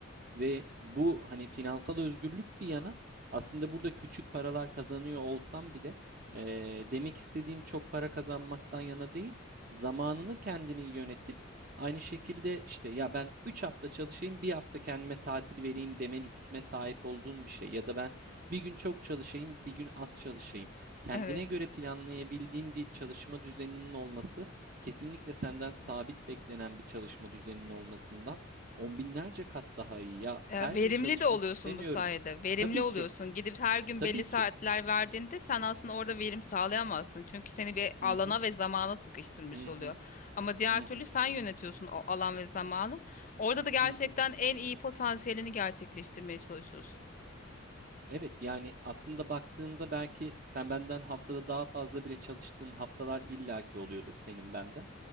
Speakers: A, on the right; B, on the left.
A: Ve bu hani finansal özgürlük bir yana aslında burada küçük paralar kazanıyor olsam bile eee, demek istediğim çok para kazanmaktan yana değil, zamanını kendini yönetip aynı şekilde işte ya ben 3 hafta çalışayım bir hafta kendime tatil vereyim deme lüksüne sahip olduğun bir şey ya da ben bir gün çok çalışayım bir gün az çalışayım. Kendine
B: Evet.
A: göre planlayabildiğin bir çalışma düzeninin olması kesinlikle senden sabit beklenen bir çalışma düzeninin olmasından On binlerce kat daha iyi ya. Her
B: Ya, verimli
A: gün çalışmak
B: de oluyorsun
A: istemiyorum.
B: bu sayede. Verimli
A: Tabii
B: oluyorsun.
A: ki,
B: Gidip her gün
A: tabii
B: belli
A: ki.
B: saatler verdiğinde sen aslında orada verim sağlayamazsın. Çünkü seni bir
A: Hı
B: alana
A: hı,
B: ve zamana sıkıştırmış
A: hı
B: oluyor.
A: hı,
B: Ama diğer
A: hı
B: türlü
A: hı,
B: sen yönetiyorsun o alan ve zamanı. Orada da gerçekten
A: hı hı.
B: en iyi potansiyelini gerçekleştirmeye çalışıyorsun.
A: Evet, yani aslında baktığında belki sen benden haftada daha fazla bile çalıştığın haftalar illaki oluyordur senin benden.